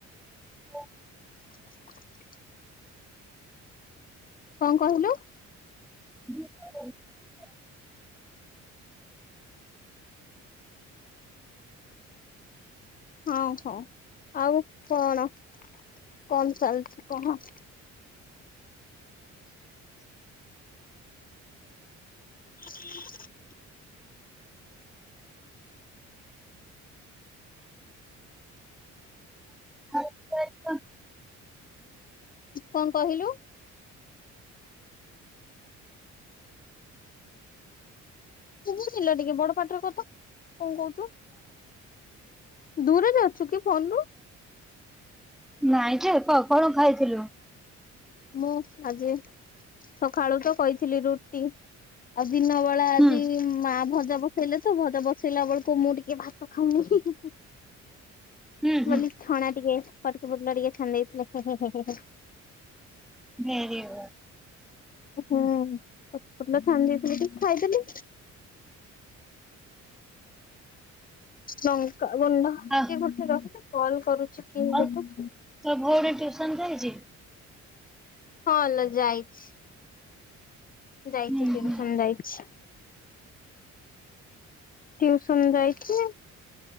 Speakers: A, in the centre; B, on the left.
A: ଓ
B: <unintelligible> କଣ କହିଲୁ?
A: ହ <inaudible>
B: ହଁଉ ହଁଉ। ଆଉ କଣ କଣ ଚାଲିଛି କଣ?
A: <inaudible>
B: ହଁ <unintelligible>
A: <unintelligible>
B: କଣ କହିଲୁ? କହୁଥିଲା ଟିକେ ବଡପାଟିରେ କହୁନୁ କଣ କହୁଛୁ? ଦୂରରେ ଅଛୁ କି ଫୋନରୁୁ?
A: ନାଇଁ ଯେ, କହ କଣ ଖାଇଥିଲୁ?
B: ମୁଁ ଆଜି, ସଖାଳୁ ତ କହିଥିଲି ରୁଟି। ଆଉ ଦିନ ବେଳା ଆଜି,
A: ହୁଁ
B: ମା ଭଜା ଭ ବସେଇଲେ ତ ଭଜା ବସେଇଲା ବେଳକୁ ମୁଁ ଟିକେ ଭାତ ଖାଉନି, ହି ହି,
A: ହୁଁ ହୁଁ
B: ବୋଲି ଛଣା ଟିକେ କଟକି ପୋଟଲ ଟିକେ ଛାଣି ଦେଇଥିଲେ, ହେଁ ହେଁ ହେ ହେ ହେ
A: ଭେରି ଗୁଡ୍।
B: ହୁଁ, ସବୁ ଭଲ ଥାଆନ୍ତି ବୋଲିକି ଖାଇଦେଲି। ଲଙ୍କା ଗୁଣ୍ଡ <unintelligible>
A: ଆଉ
B: ଗୋଟେ ରଖିଲ କଲ କରୁଛି କିଏ
A: ଆଉ
B: ଗୋଟେ?
A: ତୋ ଭଉଣୀ ଟିଉସନ ଯାଇଚି?
B: ହଁ ଲୋ, ଯାଇଛି। ଯାଇଛି,
A: ହୁଁ
B: ଟିଉସନ
A: ହୁଁ।
B: ଯାଇଛି। ଟ୍ୟୁସନ ଯାଇଚି